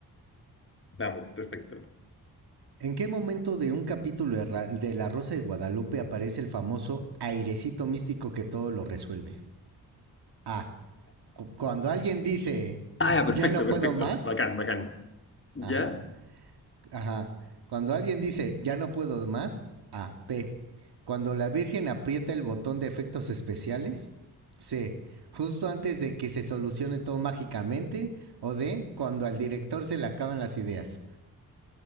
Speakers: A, on the left; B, on the right.
A: Vamos, perfecto.
B: ¿En qué momento de un capítulo de, Ra- de La Rosa de Guadalupe aparece el famoso airecito místico que todo lo resuelve? A. Cu- Cuando alguien dice,
A: Ah,
B: <laughs>
A: ya, perfecto,
B: ya no puedo
A: perfecto.
B: más.
A: Bacán, bacán. ¿Ya?
B: Ajá. Ajá. Cuando alguien dice, ya no puedo más. A. B. Cuando la Virgen aprieta el botón de efectos especiales. C. Justo antes de que se solucione todo mágicamente. O D. Cuando al director se le acaban las ideas.